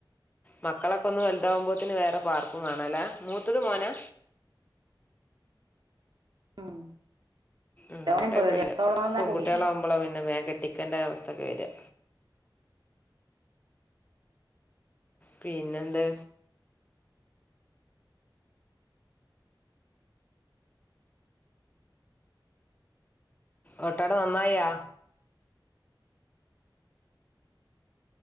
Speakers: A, on the left; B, on the right.
A: മക്കളൊക്കെ ഒന്ന് വലുതാവുമ്പോത്ത്ന് വേറെ പാർക്കും വേണല്ലേ മൂത്തത് മോനാ
B: ഉം
A: അതോണ്ട്
B: ഓനെ പേടിയത്തോളം
A: കൊഴപ്പല്ലപോ പെൺകുട്ടിളാവകുമ്പോളാ
B: കൂടി
A: പിന്നെ വേ കെട്ടിക്കേണ്ട അവസ്ഥക്കെ വര പിന്നെന്ത് ഓട്ടട ന്നന്നായാ